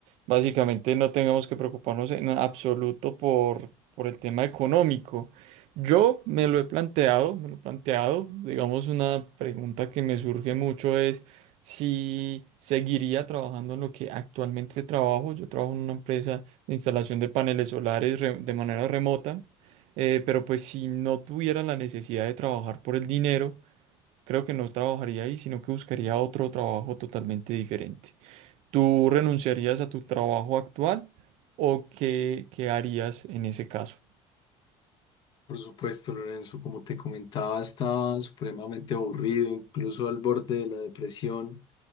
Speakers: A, on the right; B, on the left.
A: básicamente no tengamos que preocuparnos en absoluto por, por el tema económico. Yo me lo he planteado, me lo he planteado, digamos una pregunta que me surge mucho es si seguiría trabajando en lo que actualmente trabajo. Yo trabajo en una empresa de instalación de paneles solares re- de manera remota. Eh, pero pues si no tuviera la necesidad de trabajar por el dinero, creo que no trabajaría ahí, sino que buscaría otro trabajo totalmente diferente. ¿Tú renunciarías a tu trabajo actual o qué, qué harías en ese caso?
B: Por supuesto, Lorenzo, como te comentaba, estaba supremamente aburrido, incluso al borde de la depresión,